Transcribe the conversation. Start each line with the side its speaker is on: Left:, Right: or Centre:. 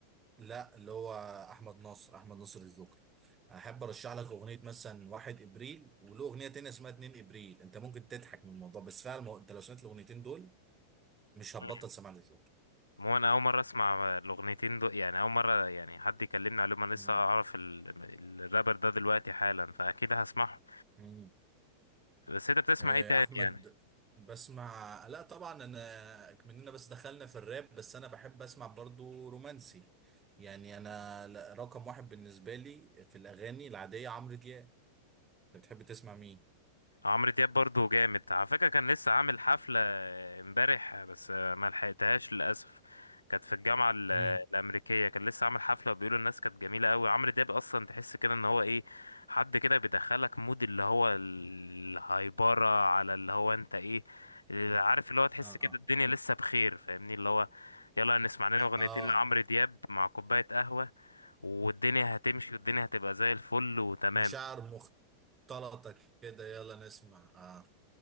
Right: لا اللي هو احمد ناصر احمد ناصر الجوكر احب ارشح لك اغنيه مثلا 1 ابريل وله اغنيه تانية اسمها 2 ابريل انت ممكن تضحك من الموضوع بس فعلا مو... انت لو سمعت الاغنيتين دول مش هتبطل
Left: مم.
Right: سماع للجوكر
Left: هو انا اول مرة اسمع الاغنيتين دول يعني اول مرة يعني حد يكلمني عليهم انا لسه
Right: مم.
Left: اعرف ال- الرابر ده دلوقتي حالا فاكيد هسمعه
Right: مم.
Left: بس انت بتسمع
Right: آه،
Left: ايه تاني
Right: احمد
Left: يعني
Right: بسمع لا طبعا انا مننا بس دخلنا في الراب بس انا بحب اسمع برضو رومانسي يعني انا ل- رقم واحد بالنسبه لي في الاغاني العاديه عمرو دياب انت بتحب تسمع مين
Left: عمرو دياب برضو جامد على فكرة كان لسه عامل حفلة امبارح بس ما لحقتهاش للأسف كانت في الجامعة ال-
Right: امم
Left: الأمريكية كان لسه عامل حفلة وبيقولوا الناس كانت جميلة قوي عمرو دياب أصلا تحس كده إن هو إيه حد كده بيدخلك مود اللي هو الهايبرة على اللي هو أنت إيه اللي عارف اللي هو تحس
Right: اه
Left: كده الدنيا لسه بخير فاهمني اللي هو يلا نسمع لنا أغنيتين
Right: اه
Left: لعمرو دياب مع كوباية قهوة والدنيا هتمشي والدنيا هتبقى زي الفل وتمام
Right: مشاعر مختلطة كده يلا نسمع اه